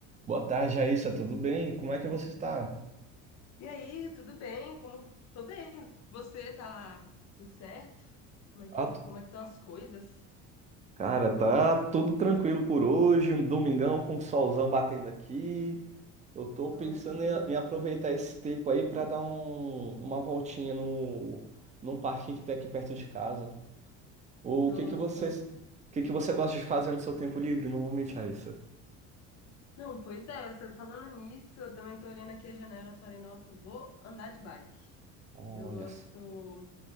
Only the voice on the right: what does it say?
Boa tarde, Raíssa. Tudo bem? Como é que você está?
Ah, tu-
cara, tá tudo tranquilo por hoje, um domingão com o solzão batendo aqui. Eu tô
pensando
em, em aproveitar esse tempo aí para dar um- uma voltinha no, num parque que tem aqui perto de casa. O
que que você, o que que você gosta de fazer no seu tempo livre normalmente, Raíssa?
Olha,
s-